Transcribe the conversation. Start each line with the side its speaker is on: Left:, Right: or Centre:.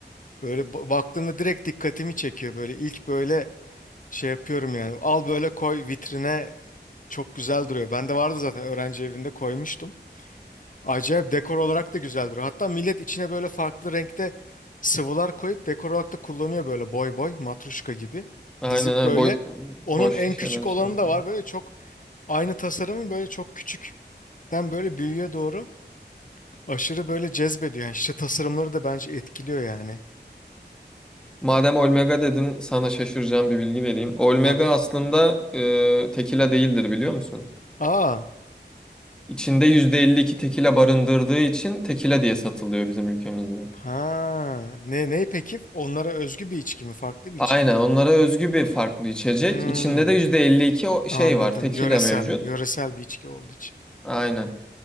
Left: Böyle ba- baktığımda direkt dikkatimi çekiyor böyle ilk böyle şey yapıyorum yani. Al böyle koy vitrine çok güzel duruyor. Bende vardı zaten öğrenci evinde koymuştum. Acayip dekor olarak da güzeldir. Hatta millet içine böyle farklı renkte sıvılar koyup dekor olarak da kullanıyor böyle boy boy matruşka gibi.
Centre: aynen
Left: Dizip
Centre: aynen
Left: böyle.
Centre: bo-
Left: Onun
Centre: boş
Left: en
Centre: şişeler
Left: küçük olanı
Centre: şey yapıyor.
Left: da var. Böyle çok aynı tasarımın böyle çok küçükten böyle büyüğe doğru aşırı böyle cezbediyor. Yani işte tasarımları da bence etkiliyor yani.
Centre: Madem Olmega dedin, sana şaşıracağım bir bilgi vereyim. Olmega
Left: Tabii.
Centre: aslında e, tekila değildir biliyor musun?
Left: Aa.
Centre: İçinde %52 tekila barındırdığı için tekila diye satılıyor bizim ülkemizde.
Left: Ha. Ne ne peki? Onlara özgü bir içki mi? Farklı bir
Centre: Aynen
Left: içki mi?
Centre: onlara özgü bir farklı içecek.
Left: Hmm,
Centre: İçinde de %52 o
Left: anladım.
Centre: şey var, tekila
Left: Yöresel.
Centre: mevcut.
Left: Yöresel bir içki olduğu için.
Centre: Aynen.